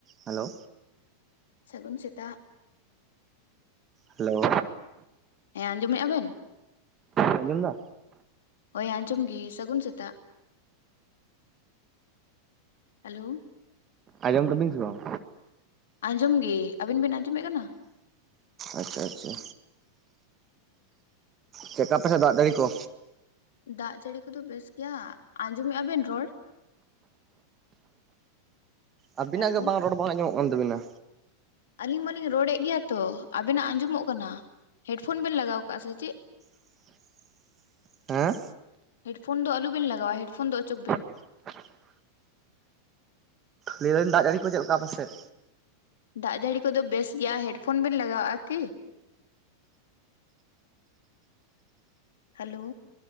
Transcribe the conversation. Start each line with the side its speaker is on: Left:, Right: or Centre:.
Right: Hello.
Left: ᱥᱟᱹᱜᱩᱱ ᱥᱮᱛᱟᱜ᱾
Right: Hello.
Left: ᱦᱮᱸ ᱟᱸᱡᱚᱢᱮᱜᱼᱟ ᱵᱮᱱ?
Right: ᱟᱸᱡᱚᱢ ᱫᱟ᱾
Left: ᱦᱳᱭ ᱟᱸᱡᱚᱢ ᱜᱮ ᱥᱟᱹᱜᱩᱱ ᱥᱮᱛᱟᱜ ᱦᱮᱞᱳ᱾
Right: ᱟᱸᱡᱚᱢ ᱫᱟᱵᱤᱱ ᱥᱮ ᱵᱟᱝ᱾
Left: ᱟᱸᱡᱚᱢ ᱜᱮ ᱟᱹᱵᱤᱱ ᱵᱤᱱ ᱟᱸᱡᱚᱢᱮ ᱠᱟᱱᱟ᱾
Right: ᱟᱪᱪᱷᱟ ᱟᱪᱪᱷᱟ ᱪᱮᱫ ᱠᱟ ᱛᱟᱞᱮ ᱫᱟᱜ ᱡᱟᱲᱤ ᱠᱚ᱾
Left: ᱫᱟᱜ ᱡᱟᱹᱲᱤ ᱠᱚᱫᱚ ᱵᱮᱥ ᱜᱮᱭᱟ ᱟᱸᱡᱚᱢᱮᱼᱟ ᱵᱮᱱ ᱨᱚᱲ᱾
Right: ᱟᱵᱤᱱᱟᱜ
Left: ᱦᱮᱞᱳ
Right: ᱜᱮ ᱵᱟᱝ ᱨᱚᱲ ᱵᱟᱝ ᱟᱸᱡᱚᱢᱚᱜ ᱠᱟᱱ ᱛᱟᱹᱵᱤᱱᱟ᱾
Left: ᱟᱞᱤᱧ ᱢᱟᱞᱤᱧ ᱨᱚᱲᱮᱫ ᱜᱮᱭᱟ ᱛᱚ, ᱟᱵᱮᱱᱟᱜ ᱟᱸᱡᱚᱢᱚᱜ ᱠᱟᱱᱟ ᱦᱮᱰ ᱯᱷᱳᱱ ᱵᱮᱱ ᱞᱟᱜᱟᱣ ᱟᱠᱟᱜᱼᱟ ᱥᱮ ᱪᱮᱫ᱾
Right: <unintelligible> ᱦᱮᱸ
Left: ᱦᱮᱰ ᱯᱷᱳᱱ ᱫᱚ ᱟᱞᱚᱵᱮᱱ ᱞᱟᱜᱟᱣᱟ ᱦᱮᱰ ᱯᱷᱳᱱ ᱫᱚ ᱚᱪᱚᱜ ᱵᱮᱱ᱾
Right: <unintelligible> ᱞᱟᱹᱭ ᱫᱟᱞᱤᱧ ᱫᱟᱜ ᱡᱟᱹᱲᱤ ᱠᱚ ᱪᱮᱫ ᱞᱮᱠᱟ ᱟᱯᱮᱥᱮᱡ᱾
Left: ᱫᱟᱜ ᱡᱟᱹᱲᱤ ᱠᱚᱫᱚ ᱵᱮᱥ ᱜᱮᱭᱟ ᱦᱮᱰ ᱯᱷᱳᱱ ᱵᱮᱱ ᱞᱟᱜᱟᱣᱟᱜᱼᱟ ᱠᱤ᱾ ᱦᱮᱞᱳ